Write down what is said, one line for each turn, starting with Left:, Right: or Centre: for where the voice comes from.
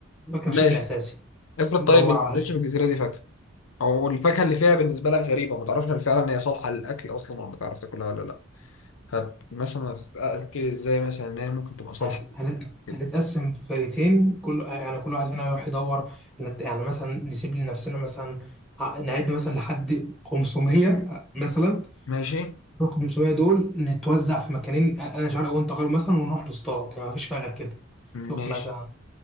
Centre: الفاكهه
Left: ماشي
Centre: بشكل اساسي
Left: افرض
Centre: ندور
Left: طيب ما تلاقيش
Centre: على
Left: في الجزيرة دي فاكهة او الفاكهة اللي فيها بالنسبة لك غريبة ما تعرفش هل فعلا هي صالحة للأكل أصلا ولا ما تعرف تاكلها ولا لا هت مثلا هتتأكد ازاي مثلا ان هي ممكن تبقى صالحة
Centre: هت- هنت-
Left: للأكل
Centre: هنتقسم فرقتين كل يعني كل واحد فينا هيروح يدور نت- يعني مثلا نسيب لنفسنا مثلا ع- نعد مثلا لحد 500 مثلا
Left: ماشي
Centre: ال 500 دول نتوزع في مكانين انا شرق وانت غرب مثلا ونروح نصطاد يعني مفيش فيها غير كده شوف
Left: ماشي
Centre: مثلا